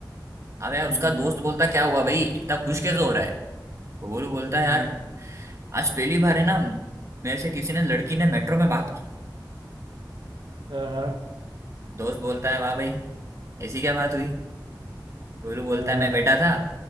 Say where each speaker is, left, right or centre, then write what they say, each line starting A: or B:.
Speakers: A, on the right; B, on the right.
A: अब यार
B: हम्म
A: उसका दोस्त बोलता क्या हुआ भाई इतना खुश कैसे हो रहा है तो गोलू बोलता
B: हम्म
A: यार आज पहली बार है ना मेरे से किसी ने लड़की ने मेट्रो में बात की
B: आहा,
A: दोस्त बोलता है वाह भाई ऐसी क्या बात हुई गोलू बोलता
B: आहा,
A: है मैं बैठा था